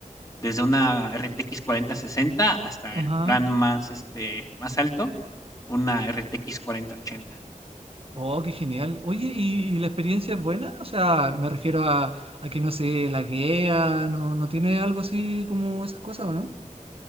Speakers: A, on the left; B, on the right.
A: desde una RTX 4060 hasta
B: ajá.
A: el plan más, este, más alto, una RTX 4080.
B: Oh, qué genial. Oye, ¿y, y la experiencia es buena? O sea, me refiero a, a que no se laguea, no, no tiene algo así como esas cosas, ¿o no?